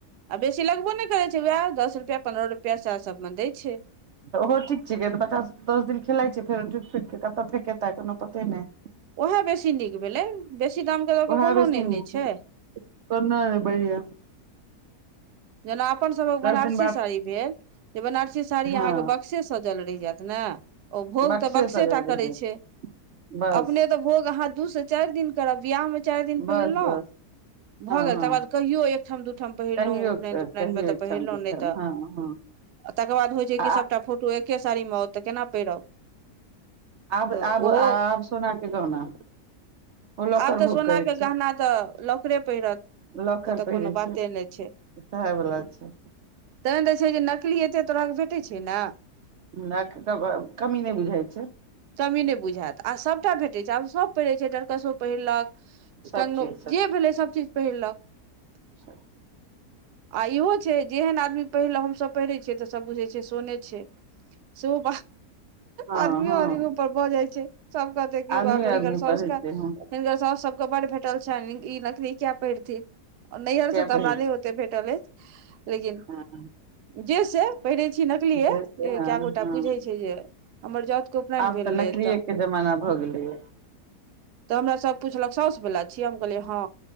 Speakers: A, on the right (about 80°); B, on the right (about 65°).
A: आ बेसी लगबो ने करै छै उएह दस रुपआ पन्द्रह रुपआ सएह सबमे दै छै
B: तऽ ओहो ठीक छिकै बच्चास दस दिन खेला छै फेर टुटि फुटि कऽ कतहु फेकेतै कोनो पते नहि
A: ओएह बेसी नीक भेलै बेसी दामके दऽ कऽ
B: ओएह
A: कोनो
B: बेसी
A: नहि ने
B: नीक
A: छै
B: कोनो नहि बढ़ियाँ
A: जेना अपन सबक बनारसी
B: दस दिन बाद
A: साड़ी भेल जे बनारसी साड़ी
B: हँ
A: अहाँके बक्से सजपल रहि जायत ने ओ भोग
B: बक्से
A: तऽ बक्सेटा
B: सजल रहि
A: करै
B: जायत
A: छै
B: बस
A: अपने तऽ भोग अहाँ दू से चारि दिन करब बियाह मे चारि दिन
B: बस
A: पहिरलहु
B: बस
A: भऽ
B: हँ
A: गेल तकर
B: हँ
A: बाद कहियो एकठाम दू ठाम पहिरलहु
B: कहियो
A: उपनयन
B: कहियो
A: उपनयन मे तऽ
B: एकठाम
A: पहिरलौं
B: एकठाम
A: नहि तऽ
B: हँ हँ
A: तकर बाद होइ छै
B: आ
A: कि सबटा फोटो एक खे साड़ी मे आउत तऽ केना पहिरब
B: आब
A: तऽ
B: आब आब
A: ओहो
B: सोना के गहना ओ लॉकर
A: आब तऽ
B: भोग
A: सोना
B: करै
A: के
B: छै
A: गहना तऽ लाॅकरे पहिरत
B: लॉकर
A: ओ तऽ
B: पहिरै
A: कोनो बाते
B: छै
A: नहि छै
B: सएह वला छै
A: तैहन तऽ छै जे नकली एते तरहक भेटैत छै न
B: मिला <unintelligible> कऽ कमी नहि बुझाइ छै
A: तमी नहि बुझायत आ सभटा भेटैत छै आब सभ पहिरे छै डरकसो पहिरलक
B: सब
A: क
B: चीज
A: जे भेलै सभ चीज पहिरलक
B: सब
A: आ इहो छै जेहन आदमी पहिरल हम सभ पहिरै छियै तऽ सभ बुझैत छै सोने छै शो
B: हँ
A: आदमियो
B: हँ
A: आदमी पर भऽ जाइ छै सब कहतै की
B: आदमी
A: बाप
B: आदमी
A: रे हिनकर साउस
B: पहिरै
A: तऽ
B: छै हँ
A: सब सब के बड भेटल छ ई नकली किया पहिरथिन नैहर
B: किया
A: से तऽ
B: पहिरै
A: हमरा नहि ओते भेटल अछि लेकिन
B: छै हँ
A: जेसे पहिरे छी नकलिये
B: जे छै हँ
A: कए गोटा
B: हँ
A: बुझे छै जे हमर जाउत के उपनयन
B: आब
A: भेल
B: तऽ नकिये
A: रहै
B: के जमाना भऽ गेलेय
A: तऽ हमरा सभ पुछलक साउसवला छियै हम कहलियै हँ